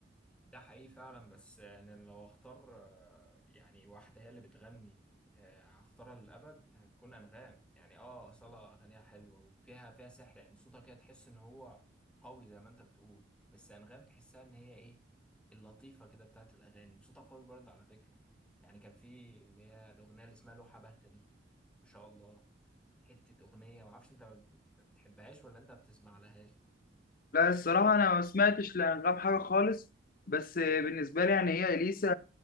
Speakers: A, in the centre; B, on the left.
A: ده حقيقي فعلا بس انا لو اختار آه، يعني واحده هي اللي بتغني آه، هختارها للابد هتكون انغام يعني اه اصاله اغانيها حلوه وفيها فيها سحر يعني صوتها كده تحس ان هو قوي زي ما انت بتقول بس انغام تحسها ان هي ايه اللطيفه كده بتاعت الاغاني وصوتها قوي برضه على فكره يعني كان في اللي هي الاغنيه اللي اسمها لوحه باهته دي ما شاء الله حته اغنيه ما اعرفش انت ما بتحبهاش ولا انت بتسمع لهاش
B: لا الصراحه انا ما سمعتش لانغام حاجه خالص بس بالنسبه لي يعني هي اليسا